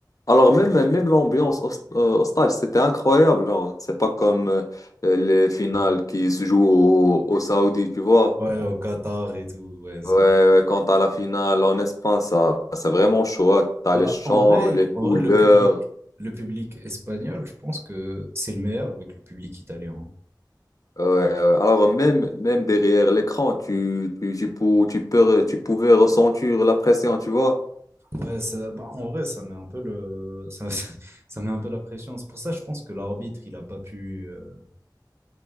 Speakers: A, on the left (about 50°); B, on the right (about 35°).
A: Alors, même, même l'ambiance au, euh, au stade, c'était incroyable. genre. C'est pas comme euh, les finales qui se jouent au, au Saoudi, tu vois?
B: Ouais, au Qatar et tout. Ouais, ça
A: Ouais,
B: se joue.
A: ouais, quand à la finale en Espagne, ça, c'est vraiment chaud. hein. T'as
B: Bah,
A: les chants,
B: en vrai,
A: les
B: en
A: couleurs.
B: vrai, le public, le public espagnol, je pense que c'est le meilleur avec le public italien. hein.
A: Ouais, ouais. ouais. Alors même, même derrière l'écran, tu, tu, tu, pou- tu peux, tu pouvais ressentir la pression, tu vois?
B: Ouais, ça, bah, en vrai, ça met un peu le, ça, <laughs> ça met un peu la pression. C'est pour ça, je pense que l'arbitre, il a pas pu, euh,